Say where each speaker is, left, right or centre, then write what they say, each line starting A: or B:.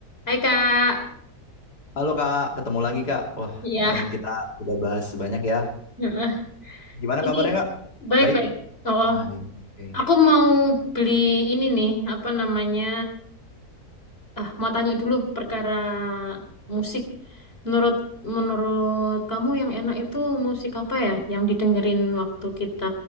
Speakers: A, on the left; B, on the left.
A: Hai Kak,
B: Halo Kak, ketemu lagi Kak. Wah,
A: iya,
B: kemarin kita udah bahas banyak ya.
A: heeh.
B: Gimana
A: ini
B: kabarnya Kak?
A: baik-baik.
B: Baik.
A: Oh, oh.
B: Baik. Oke.
A: aku mau beli ini nih, apa namanya? Ah, mau tanya dulu perkara musik. Menurut menurut kamu yang enak itu musik apa ya? Yang didengerin waktu kita